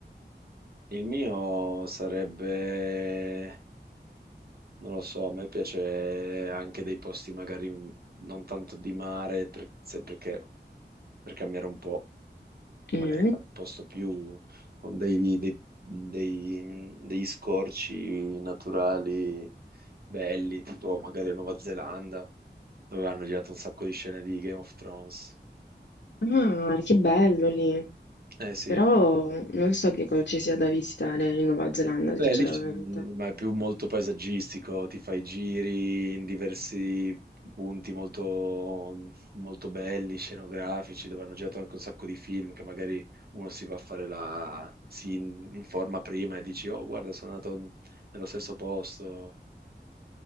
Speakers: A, on the right; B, on the left.
A: Il mio sarebbe, non lo so, a me piace anche dei posti magari non tanto di mare, per- se- perché per cambiare un po'. magari
B: Mm?
A: per un posto più con dei, dei- dei- degli scorci naturali belli, tipo magari la Nuova Zelanda, dove hanno girato un sacco di scene di Game of Thrones.
B: Ah, che bello lì.
A: Eh sì,
B: Però non so che cosa ci sia da visitare in Nuova Zelanda,
A: Beh,
B: sinceramente.
A: lì c'è- ma è più molto paesaggistico, ti fai giri in diversi punti molto, molto belli, scenografici, dove hanno girato anche un sacco di film che magari uno si va a fare la... si in- informa prima e dici, oh, guarda, sono andato in- nello stesso posto,